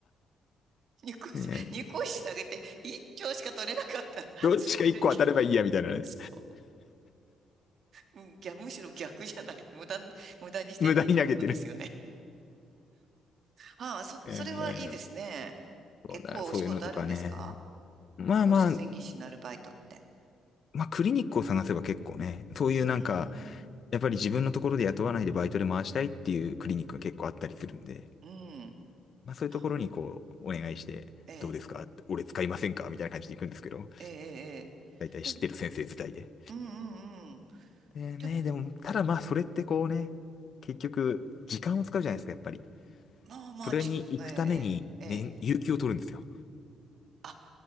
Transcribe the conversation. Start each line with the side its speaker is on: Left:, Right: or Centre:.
Right: 二個石、
Left: <laughs> ね
Right: 二個石投げて一丁しか取れなかったら、
Left: どっちか1個当たればいいやみたいなね。
Right: それ、<laughs> うん、逆、むしろ逆じゃない。無駄、無駄にしてないってことですよね。
Left: 無駄に投げてる。
Right: ああ、そ、
Left: えー
Right: それはいいですね。
Left: そうだ、
Right: 結構お仕事あるんですか
Left: そういうのとかね。まあまあ、
Right: 放射線技師のアルバイトって。
Left: まあクリニックを探せば結構ね、そういうなんか、
Right: うーん。
Left: やっぱり自分のところで雇わないでバイトで回したいっていうクリニックが結構あったりするんで、
Right: うん。
Left: まあそういうところにこう、
Right: あ
Left: お願いして、
Right: ええ、
Left: どうですか俺使いませんかみたいな感じで行くんですけど、
Right: ええ、ええ。ええでも、
Left: 大体知ってる先生自体で。
Right: うんうんうん。
Left: でね、
Right: で、
Left: でも、ただまあそれってこうね、結局、時間を使うじゃないですか、やっぱり。
Right: まあまあ、
Left: それに行くために、
Right: じ、ええ、ええ、ええ。
Left: 年、有給を取るんですよ。
Right: あ、